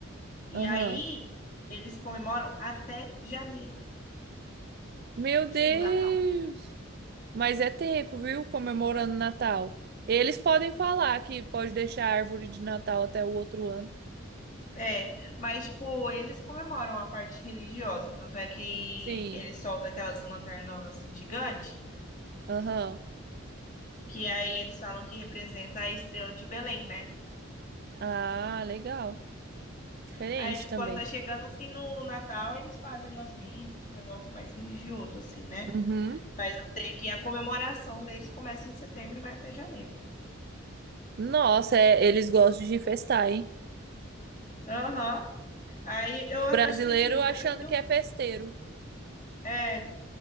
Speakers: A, on the left (about 35°); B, on the right (about 45°).
A: E
B: Aham.
A: aí eles comemoram até janeiro,
B: Meu
A: tipo
B: Deus!
A: o Natal.
B: Mas é tempo, viu? Comemorando Natal. Eles podem falar que pode deixar a árvore de Natal até o outro ano.
A: É, mas tipo, eles comemoram a parte religiosa, tanto é que
B: Sim.
A: eles soltam aquelas lanternonas assim gigantes.
B: Aham.
A: Que aí eles falam que representa a estrela de Belém, né?
B: Ah, legal. Diferente
A: Aí, tipo,
B: também.
A: quando tá chegando assim no Natal, eles fazem umas missas, uns negócios mais religiosos assim, né?
B: Uhum.
A: Mas eu sei que a comemoração deles começa em setembro e vai até janeiro.
B: Nossa, é- eles gostam de festar, hein?
A: Aham. Aí eu
B: O
A: acho
B: brasileiro
A: que assim, o
B: achando
A: Brasil
B: que é festeiro.
A: é,